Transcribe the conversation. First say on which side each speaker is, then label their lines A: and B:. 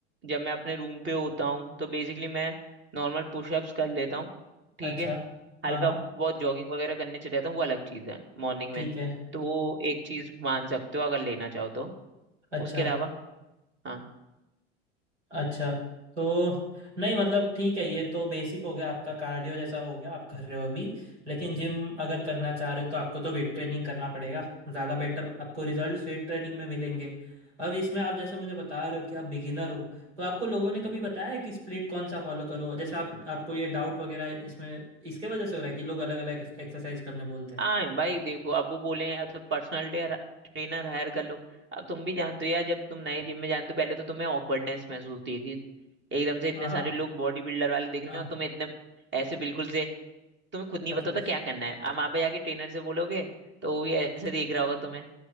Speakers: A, on the right; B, on the right.
A: जब मैं अपने रूम पे होता हूँ तो बेसिकली मैं नॉर्मल पुशअप्स कर लेता हूँ ठीक
B: अच्छा
A: है हल्का
B: हाँ हाँ
A: बहुत जॉगिंग वगैरह करने चले जाता हूँ वो अलग चीज़ है मॉर्निंग
B: ठीक
A: में
B: है
A: तो वो एक चीज़ मान सकते हो अगर लेना चाहो तो
B: अच्छा
A: उसके अलावा हाँ
B: अच्छा तो नहीं मतलब ठीक है ये तो बेसिक हो गया आपका कार्डियो जैसा हो गया आप कर रहे हो अभी लेकिन जिम अगर करना चाह रहे हो तो आपको तो वेट ट्रेनिंग करना पड़ेगा ज़्यादा बेटर आपको रिजल्ट वेट ट्रेनिंग में मिलेंगे अब इसमें आप जैसे मुझे बता रहे हो कि आप बिगिनर हो तो आपको लोगों ने कभी बताया है कि स्प्लिट कौन सा फॉलो करो जैसे आप आपको ये डाउट वगैरह इसमें इसके वजह से हो रहा है कि लोग अलग अलग एक्सरसाइज करने बोलते हैं
A: हाँ भाई देखो अब वो बोले या तो पर्सनल ट्रेनर हायर कर लो अब तुम भी जानते हो यार जब तुम नए जिम में जानते हो पहले तो तुम्हें ऑकवर्डनेस महसूस होती है कि एकदम से इतने
B: हाँ हाँ
A: सारे लोग बॉडी बिल्डर वाले दिख रहे
B: हाँ
A: हैं और तुम्हें इतने ऐसे बिल्कुल से तुम्हें खुद नहीं
B: पतले
A: पता होता क्या करना है अब वहां पे जाके ट्रेनर से बोलोगे तो वो भी ऐसे देख रहा होगा तुम्हें